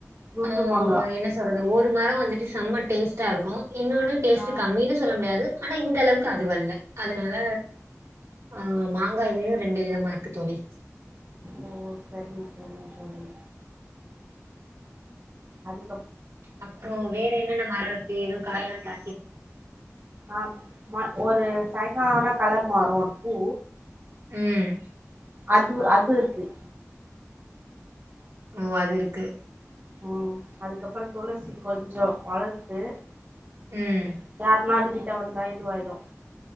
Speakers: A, on the right (about 35°); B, on the right (about 65°).
A: குண்டு
B: ஹ
A: மாங்கா
B: என்ன சொல்றது ஒரு மரம் வந்துட்டு செம்ம டேஸ்டா இருக்கும் இன்னொன்னும் டேஸ்ட்
A: ஆ
B: கம்மின்னு சொல்ல முடியாது ஆனா இந்த அளவுக்கு அது வல்ல அதனால ஆ மாங்காய்லயும் ரெண்டு விதமா இருக்கு தோழி
A: ஓ சரிங்க சரிங்க சரிங்க அது
B: அப்புறம் வேற என்னென்ன மரம் இருக்கு ஏதுவும் காயெலாம் <unintelligible>
A: ஆஹ் ஒரு சாயக்கால ஆானா கலர் மாறும் ஒரு பூ
B: ம்
A: அது அது இருக்கு
B: ஓ அது இருக்கு
A: உம் அதுக்கப்புறம் துளசி கொஞ்சம் வளருது
B: ம்
A: யாருமா அதுக்கு <unintelligible> வந்தா இதுவாயிடும்